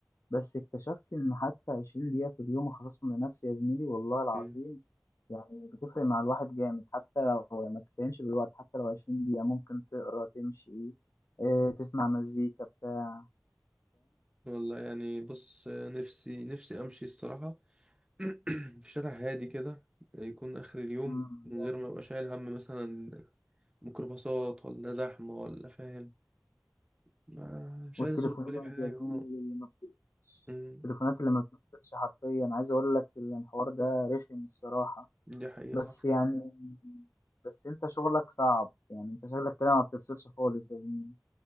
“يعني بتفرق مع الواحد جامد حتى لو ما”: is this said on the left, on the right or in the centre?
Left